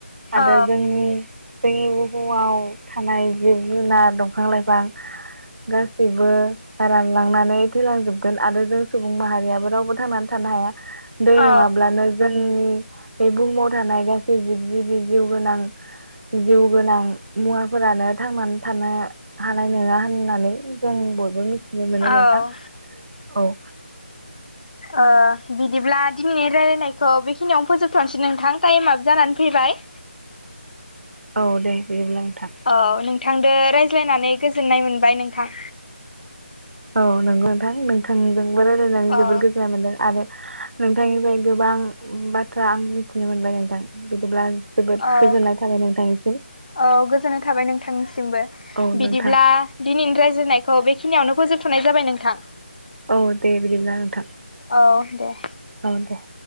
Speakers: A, on the right; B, on the left.
A: आरो
B: औ
A: जोंनि जोंनि बुहुमाव थानाय जिब जुनार दंफां लाइफां गासैबो रानलांनानै थैलांजोबगोन आरो जों सुबुं माहारियाबो रावबो थांनानै थानो हाया दै
B: औ
A: नङाब्लानो जोंनि बे बुहुमाव थानाय गासै जिब जिबि जिउ गोनां जिउ गोनां मुवाफोरानो थांनानै थानो हानाय नोङा होननानै जों बयबो मिथिनो मोनो
B: ओ
A: नोंथां औ
B: ओ बिदिब्ला दिनैनि रायलायनायखौ बेखिनियावनो फोजोबथ'नोसै नोंथां टाइमाब जानानै फैबाय
A: औ दे बिदिब्ला नोंथां
B: औ नोंथांजों रायज्लायनानै गोजोननाय मोनबाय नोंथां
A: औ नंगौ नोंथां नोंथांजोंबो रायजलायनानै जोबोर
B: औ
A: गोजोन्नाय मोन्दों आरो नोंथांनिफ्राय गोबां बाथ्रा आं मिथिनो मोनबाय नोंथां बिदिब्ला जोबोद
B: औ
A: गोजोननाय थाबाय नोंथांनिसिम
B: औ गोजोननाय थाबाय नोंथांनिसिमबो
A: औ
B: बिदिब्ला
A: नोंथां
B: दिनैनि रायजायनायखौ बेखिनियावनो फोजोबथ'नाय जाबाय नोंथां
A: औ दे बिदिब्ला नोंथां
B: औ दे
A: औ दे